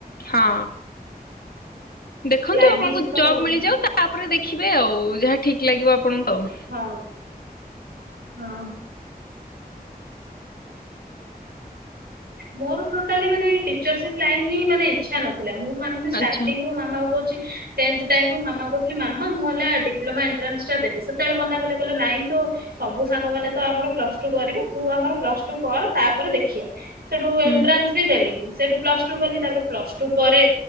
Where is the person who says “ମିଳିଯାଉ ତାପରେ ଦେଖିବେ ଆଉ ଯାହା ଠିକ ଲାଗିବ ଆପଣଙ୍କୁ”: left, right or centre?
Left